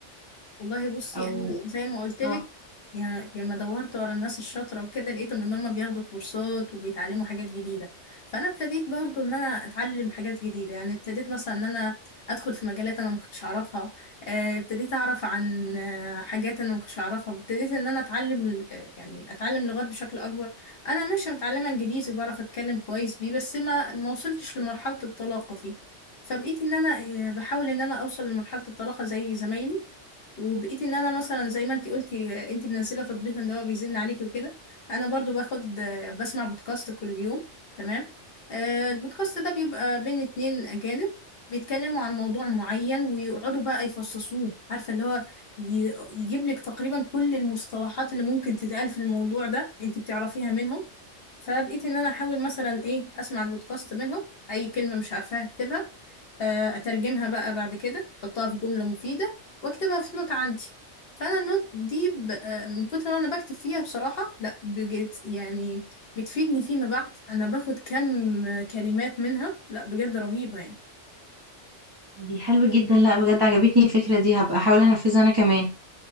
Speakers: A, on the left; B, on the right.
A: والله بصي
B: او
A: انا زي ما قلت لك
B: اه
A: يا يا ما دورت ورا الناس الشاطره وكده لقيتهم ان هم بياخدوا كورسات وبيتعلموا حاجات جديده فانا ابتديت برضو ان انا اتعلم حاجات جديده يعني ابتديت مثلا ان انا ادخل في مجالات انا ما كنتش اعرفها آه، ابتديت اعرف عن آه، حاجات انا ما كنتش اعرفها ابتديت ان انا اتعلم آه، يعني اتعلم لغات بشكل اكبر انا ماشي متعلمه انجليزي وبعرف اتكلم كويس بيه بس ما ما وصلتش لمرحله الطلاقه فيه فبقيت ان انا آه، بحاول ان انا اوصل لمرحله الطلاقه زي زمايلي وبقيت ان انا مثلا زي ما انت قلتي انت منزله تطبيق ان هو بيزن عليكي وكده انا برضو باخد بسمع بودكاست كل يوم تمام آه، البودكاست ده بيبقى بين اتنين اجانب بيتكلموا عن موضوع معين ويقعدوا بقى يفصصوه عارفه اللي هو ي- يجيب لك تقريبا كل المصطلحات اللي ممكن تتقال في الموضوع ده انت بتعرفيها منهم فبقيت ان انا احاول مثلا ايه اسمع البودكاست منهم اي كلمه مش عارفاها اكتبها آه، اترجمها بقى بعد كده احطها في جملة مفيدة واكتبها في نوت عندي فانا النوت دي ب... آه، من كتر ما انا بكتب فيها بصراحة لا بجد يعني بتفيدني فيما بعد انا باخد كم كلمات منها لا بجد رهيبة يعني
B: دي حلوة جدا لا بجد عجبتني الفكرة دي هبقى احاول انفذها انا كمان